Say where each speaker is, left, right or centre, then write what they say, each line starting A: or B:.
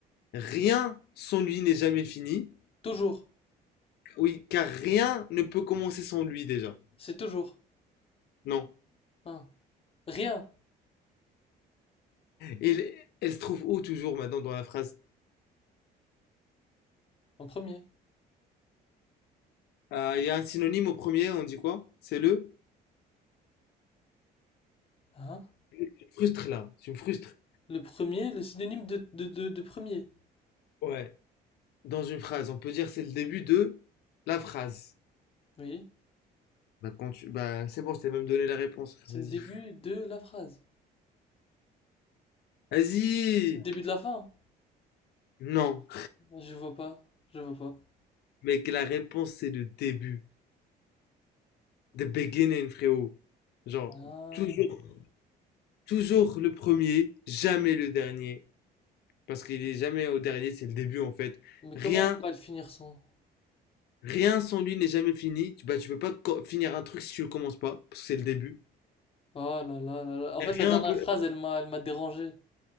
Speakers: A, on the left; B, on the left.
A: Rien sans lui n'est jamais fini.
B: toujours.
A: Oui, car rien ne peut commencer sans lui déjà.
B: C'est toujours.
A: Non.
B: Hein. Rien
A: Et elle se trouve où toujours maintenant dans la phrase
B: en premier.
A: Euh, Il y a un synonyme au premier, on dit quoi C'est le
B: Hein?
A: Tu me frustres là, tu me frustres.
B: Le premier, le synonyme de, de, de, de premier.
A: Ouais, dans une phrase, on peut dire c'est le début de la phrase.
B: Oui.
A: Bah quand tu bah c'est bon, je t'ai même donné la réponse. frère,
B: C'est
A: Vas-y.
B: le début de la phrase.
A: Vas-y.
B: C'est le début de la fin?
A: Non,
B: Je vois pas, je vois pas.
A: mec, la réponse c'est le début, the beginning frérot. Genre
B: Ah,
A: toujours toujours le premier, jamais le dernier. Parce qu'il est jamais au dernier, c'est le début en fait.
B: mais
A: Rien,
B: comment on peut pas le finir sans?
A: rien sans lui n'est jamais fini. Tu, bah, tu peux pas co- finir un truc si tu le commences pas, parce que c'est le début.
B: Oh là là là là. En
A: Et
B: fait,
A: rien
B: la dernière
A: peut.
B: phrase, elle m'a, elle m'a dérangé.